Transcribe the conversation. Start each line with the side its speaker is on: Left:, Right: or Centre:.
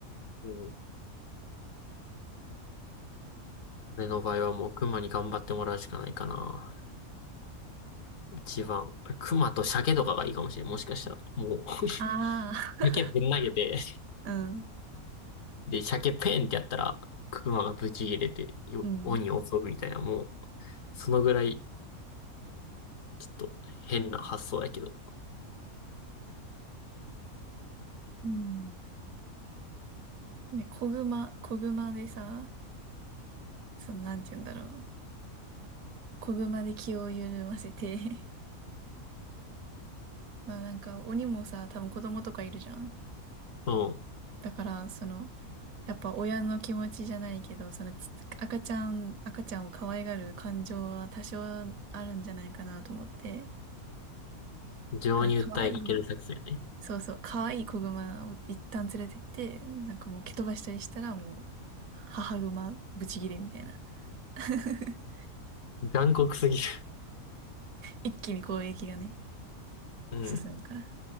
Left: うん俺の場合はもう熊に頑張ってもらうしかないかな。一番。熊と鮭とかがいいかもしれん。もしかしたら。もう <laughs>
Right: ああ。
Left: 鮭ぶん投げて、
Right: うん。
Left: で、鮭ペンってやったら、熊がブチ切れて、よ、
Right: うん。
Left: 鬼を襲うみたいな、もう、そのぐらい、ちょっと変な発想やけど。
Right: うん。ね、子熊、子熊でさ、その、なんて言うんだろう。子熊で気を緩ませて <laughs> まあなんか、鬼もさ、多分子供とかいるじゃん。
Left: う
Right: だから、その、やっぱ親の気持ちじゃないけど、そのち、赤ちゃん、赤ちゃんを可愛がる感情は多少あるんじゃないかなと思って。
Left: ん。情に訴えかける作戦ね。
Right: だから、可愛い、そうそう、可愛い子熊を一旦連れてって、なんかもう蹴飛ばしたりしたらもう、母熊ブチギレみたいな。<laughs>
Left: 残酷すぎる。
Right: 一気に攻撃がね、
Left: うん。
Right: 進むから。